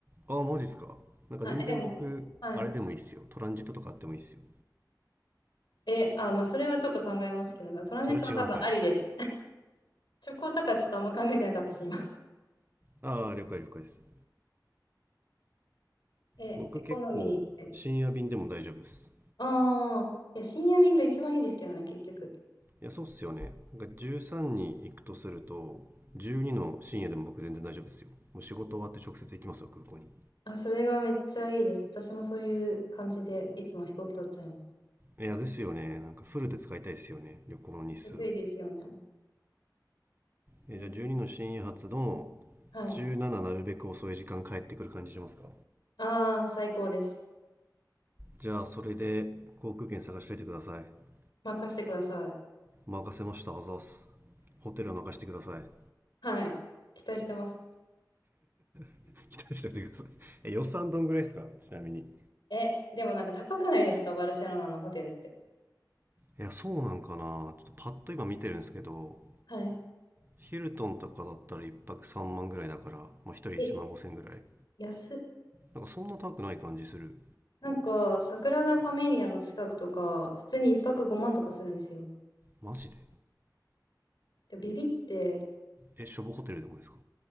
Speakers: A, on the right; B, on the left.
A: あマジっすかなんか全然僕あれでもいいっすよトランジットとかあってもいいっすよ
B: はい。えでも、はい。え、あ、まあ、それはちょっと考えますけどな。トランジットは多分ありで。
A: それ違うんかい
B: チョコだからちょっとあんま考えてなかったし、今。
A: ああ了解了解です
B: え、
A: 僕結構深夜便でも大丈夫っす
B: エコノミー。ああ、いや、深夜便が一番いいですけどね、結局。
A: いやそうっすよねなんか13に行くとすると12の深夜でも僕全然大丈夫ですよもう仕事終わって直接行きますよ空港に
B: あ、それがめっちゃいいです。私もそういう感じで、いつも飛行機取っちゃいます。
A: いやですよねなんかフルで使いたいですよね旅行の日数を
B: これといいですよね。
A: えじゃあ12の深夜発の
B: えーはい。
A: 17なななるべく遅い時間帰ってくる感じしますか
B: ああ、最高です。
A: じゃあそれで航空券探しといてください
B: 任せてください。
A: 任せましたあざっすホテルは任してください
B: はい。期待してます。
A: <laughs> 期待しておいてくださいえ予算どんぐらいですかちなみにい
B: え、でもなんか高くないですかバルセロナのホテルって。
A: やそうなんかなちょっとパッと今見てるんですけど
B: はい。
A: ヒルトンとかだったら1泊3万ぐらいだから、まあ、1人1万5千ぐらい
B: え、安っ。
A: なんかそんな高くない感じする
B: なんか、サグラダ・ファミリアの近くとか、普通に一泊5万とかするんですよ。
A: マジで
B: で、ビビって、
A: えしょぼホテルでもですか